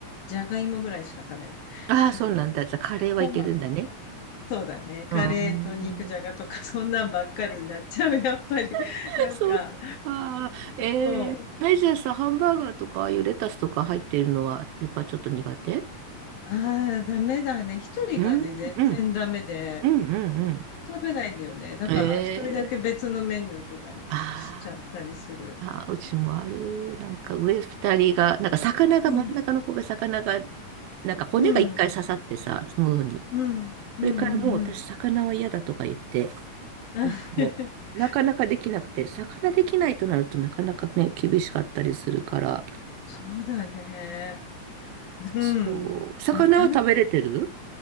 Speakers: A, on the left (about 75°); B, on the right (about 85°).
A: じゃがいもぐらいしか食べない。
B: ああ、
A: <laughs>
B: そうなんだ。じゃあカレーはいけるんだね。
A: トマト、そうだね。カレーと肉じゃがとか、
B: うーん。
A: そんなんばっかりになっちゃう、やっぱり。
B: <laughs>
A: なんか、
B: そっか。え
A: そう。
B: ー、はいじゃあさ、ハンバーガーとか、ああいうレタスとか入ってるのは、やっぱちょっと苦手
A: ああ、ダメだね。一人がね、
B: うん、
A: 全然ダメで、
B: うん、うん、うん、
A: 食べないんだよね。だから一人だけ別のメニューとかにしちゃったりする。
B: うん。えー、ああ。あ、うちもある。なんか上二人が、なんか魚が、
A: うん、
B: 真ん中の子が魚が、なんか骨が一回刺さってさ、
A: うん、
B: 喉に。
A: うん、うん、
B: それからもう私魚は嫌だとか言って、
A: うん。うん <laughs>
B: なんかもう、なかなかできなくて、魚できないとなるとなかなかね、厳しかったりするから、
A: そうだね。うん。
B: そう、魚は食べれてる
A: なかなか、